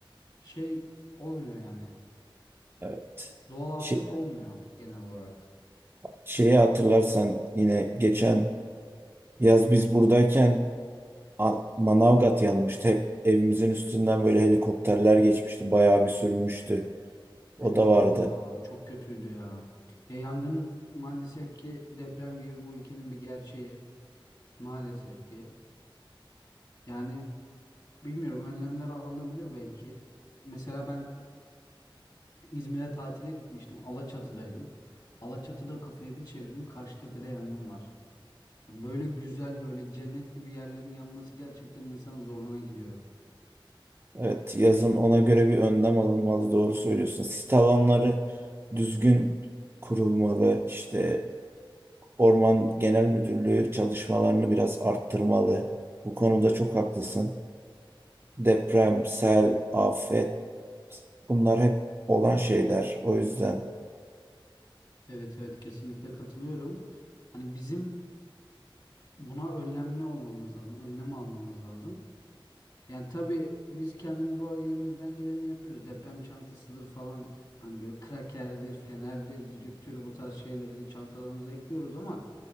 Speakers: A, on the left; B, on the right.
A: şey olmuyor yani.
B: Evet.
A: Doğal
B: Şey-
A: afet olmuyor genel olarak.
B: şeyi hatırlarsan yine geçen yaz biz buradayken A- Manavgat yanmıştı. Hep evimizin üstünden böyle helikopterler geçmişti. Bayağı bir sürmüştü. O
A: Evet
B: da vardı.
A: evet ya o çok kötüydü ya. Ya yangın maalesef ki deprem gibi bu ülkenin bir gerçeği. Maalesef ki. Yani bilmiyorum önlemler alınabilir belki. Mesela ben İzmir'e tatile gitmiştim. Alaçatı'daydım. Alaçatı'da kafayı bir çevirdim. Karşıtepe'de yangın var. Ya Böyle güzel böyle cennet gibi yerlerin yanması gerçekten insanın zoruna gidiyor.
B: Evet, yazın ona göre bir önlem alınmalı. Doğru söylüyorsun. Sit alanları düzgün kurulmalı. İşte Orman Genel Müdürlüğü çalışmalarını biraz arttırmalı. Bu konuda çok haklısın. Deprem, sel, afet Bunlar hep olan şeyler. O yüzden
A: Evet evet kesinlikle katılıyorum. Hani bizim buna önlemli olmamız lazım. Önlem almamız lazım. Yani tabii biz kendimiz o elimizden geleni yapıyoruz. Deprem çantasıdır falan. Hani böyle krakerdir, fenerdir, düdüktür bu tarz şeyleri çantalarımıza ekliyoruz ama